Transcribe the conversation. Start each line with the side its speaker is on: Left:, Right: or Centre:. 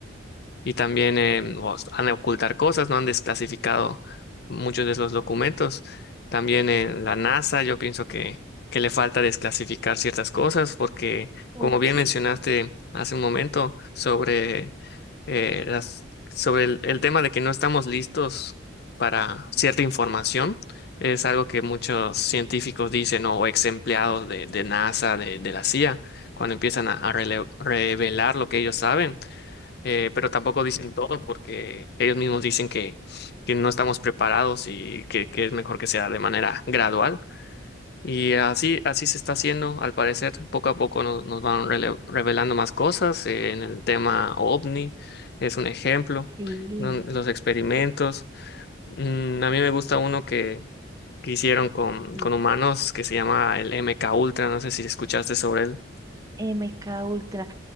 Left: Y también eh, os han de ocultar cosas, no han desclasificado muchos de los documentos. También en la NASA, yo pienso que, que le falta desclasificar ciertas cosas porque,
Right: Uf,
Left: como bien
Right: sí,
Left: mencionaste hace un momento, sobre, eh, las, sobre el, el tema de que no estamos listos para cierta información, es algo que muchos científicos dicen ¿no? o ex empleados de, de NASA, de, de la CIA, cuando empiezan a, a rele- revelar lo que ellos saben eh, pero tampoco dicen todo porque ellos mismos dicen que, que no estamos preparados y que, que es mejor que sea de manera gradual. Y así, así se está haciendo, al parecer, poco a poco nos, nos van rele- revelando más cosas. eh, en el tema OVNI es un ejemplo,
Right: sí.
Left: ¿no? los experimentos. Mm, a mí me gusta uno que, que hicieron con,
Right: sí.
Left: con humanos que se llama el MK Ultra, no sé si escuchaste sobre él.
Right: MK Ultra.